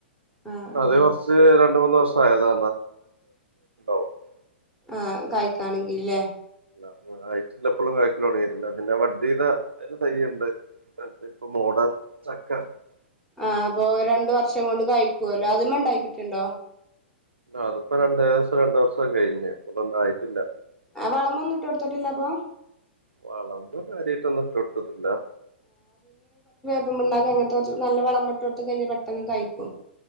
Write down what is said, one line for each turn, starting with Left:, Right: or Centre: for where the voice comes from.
Centre: ആഹ് ആഹ്
Right: അത് കൊറച്ച് രണ്ട്, മൂന്ന് ദെവസം ആയാതാ <unintelligible>
Centre: ആാ കാഴിക്കാണെങ്കില്ലോ
Right: <unintelligible> <unintelligible> ആാ
Centre: ആാ അപ്പേ രണ്ട് വർഷം കൊണ്ട് കായ്ക്കുവല്ല്യാ അതമേ ഒണ്ടായിട്ടിണ്ടോ
Right: അത് ഇപ്പം രണ്ട് ഏകദേശം രണ്ട് വർഷേക്കേ കഴിഞ്ഞ് <unintelligible> ആയാട്ടില്ലാ
Centre: ആ വളെമെന്നും ഇട്ട് കൊട്ത്തിട്ടില്ലാ അപ്പം
Right: വളെന്നും കാര്യായിട്ട് ഒന്നും ഇട്ട് കൊട്ത്തിട്ടില്ലാ
Centre: <unintelligible>